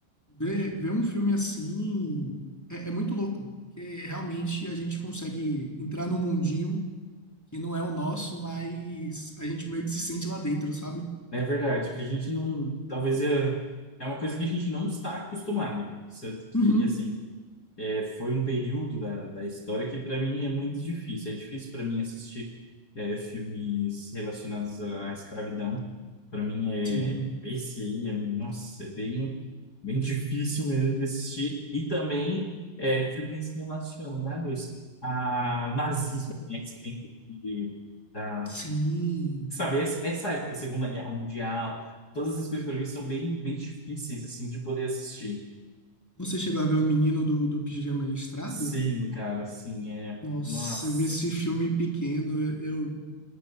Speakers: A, in the centre; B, on the left.
A: Ver, ver um filme assim é, é muito louco, porque realmente a gente consegue entrar num mundinho que não é o nosso, mas a gente meio que se sente lá dentro, sabe?
B: É verdade, que a gente não. Talvez é, é uma coisa que a gente não está acostumado. Tanto que,
A: Uhum.
B: assim, é, foi um período da, da história que, para mim, é muito difícil. É difícil para mim assistir é, filmes relacionados à escravidão. Para mim, é,
A: Sim,
B: esse aí, é, nossa, é bem, bem difícil mesmo de assistir. E também é, filmes relacionados ao nazismo, né? que tem- que- da,
A: sim.
B: Sabe, essa essa época, Segunda Guerra Mundial, todas essas coisas pra mim são bem, bem difíceis, assim, de poder assistir.
A: Você chegou a ver o menino do, do pijama listrado?
B: Sim, cara, assim, é.
A: Nossa,
B: Nossa,
A: eu vi esse filme pequeno, eu,